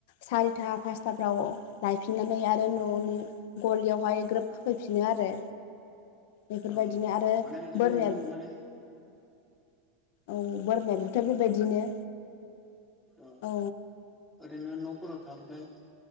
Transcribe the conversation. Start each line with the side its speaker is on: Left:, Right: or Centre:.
Left: सारिथा पासथाफ्राव लायफिननानै आरो न'नि गलियावहाय ग्रोब खाफैफिनो आरो बेफोरबायदिनो
Centre: औ
Left: आरो
Centre: माने जोंबो
Left: बोरमाया
Centre: माने
Left: औ बोरमायाबोथ' बेबायदिनो।
Centre: ओ
Left: औ
Centre: ओरैनो न' <unintelligible> थाबाथाय